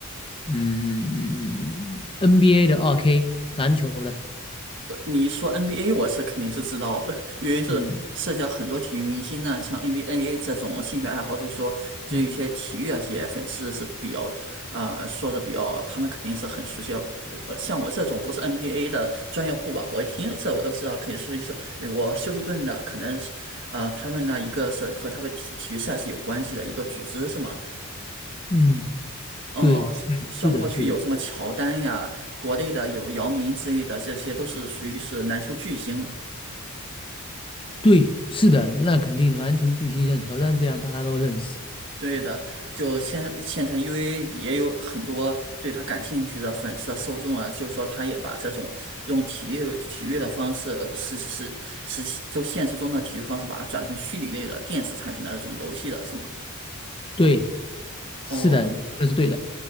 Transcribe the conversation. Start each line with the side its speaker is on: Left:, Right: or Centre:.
Left: 嗯 NBA 的二 k 篮球的，
Right: 你说 NBA，我是肯定是知道的，<laughs> 因为是涉及到很多体育明星呢，
Left: 嗯
Right: 像 NBA 这种兴趣爱好，对说就一些体育啊，
Left: 嗯
Right: 些粉丝是比较呃说的比较，他们肯定是很熟悉的呃，像我这种不是 NBA 的专业户吧，我一听这我都知道，肯定属于是美国休斯顿的，可能是呃他们呢一个是和他们体体育赛事有关系的一个组织是吗？
Left: 嗯。
Right: 哦，
Left: 对，对，
Right: 像过去有什么乔丹呀，
Left: 是的，是的，
Right: 国内的有姚明之类的，这些都是属于是篮球巨星。
Left: 对，是的，那肯定篮球巨星像乔丹这样大家都认识，
Right: 对的，就现现在，因为也有很多对他感兴趣的粉丝受众啊，就说他也把这种用体力体育的方式，呃实实实就现实中的体育方式，把它转成虚拟类的电子产品的那种游戏了，是吗？
Left: 对，是的，
Right: 哦
Left: 这是对的，